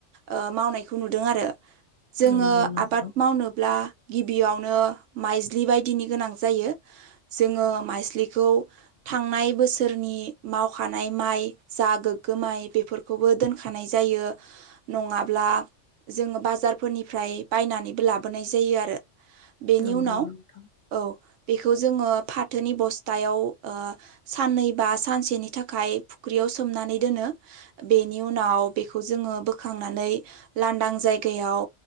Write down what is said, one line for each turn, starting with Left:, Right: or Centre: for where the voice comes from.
Right: ओ मावनायखौ नुदों आरो जोंङो
Left: नंगौ नोंथां
Right: आबाद मावनोब्ला गिबियावनो माइज्लि बायदिनि गोनां जायो जोंङो माइज्लिखौ थांनाय बोसोरनि मावखानाय माइ जा गोग्गो माइ बेफोरखौबो दोनखानाय जायो न नङाब्ला जोंङो बाजारफोरनिफ्राय बायनानैबो लाबोनाय जायो आरो बेनि
Left: नंगौ
Right: उनाव
Left: नोंथां
Right: औ बेखौ जोंङो फाथोनि बस्थायाव ओ साननै बा सानसेनि थाखाय फुख्रियाव सोमनानै दोनो बेनि उनाव बेखौ जोंङो बो बोखांनानै लांदां जायगायाव